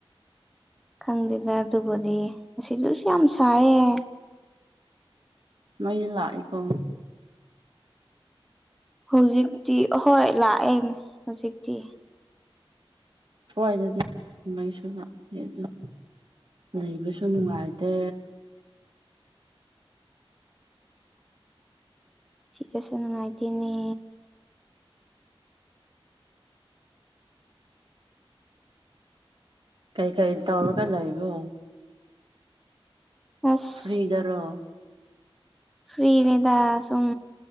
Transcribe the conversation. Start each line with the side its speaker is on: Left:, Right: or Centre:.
Centre: ꯈꯪꯗꯦꯗ ꯑꯗꯨꯕꯨꯗꯤ ꯑꯁꯤꯗꯨꯁꯨ ꯌꯥꯝ ꯁꯥꯏꯌꯦ
Right: ꯃꯩ ꯂꯥꯛꯑꯦꯀꯣ
Centre: ꯍꯧꯖꯤꯛꯇꯤ ꯑꯍꯣꯏ ꯂꯥꯛꯑꯦꯅꯦ ꯍꯧꯖꯤꯛꯇꯤ
Right: ꯁ꯭ꯋꯥꯏꯗꯗꯤ ꯃꯩꯁꯨ ꯂꯥꯛꯇꯦ ꯑꯗꯨ <unintelligible> ꯂꯩꯕꯁꯨ ꯅꯨꯡꯉꯥꯏꯇꯦ
Centre: ꯁꯤꯒꯁꯨ ꯅꯨꯡꯉꯥꯏꯇꯦꯅꯦ
Right: ꯀꯩ ꯀꯩ ꯇꯧꯔꯒ ꯂꯩꯕꯣ
Centre: ꯑꯁ
Right: ꯐ꯭ꯔꯤꯗꯔꯣ
Centre: ꯐ꯭ꯔꯤꯅꯦꯗ ꯁꯨꯝ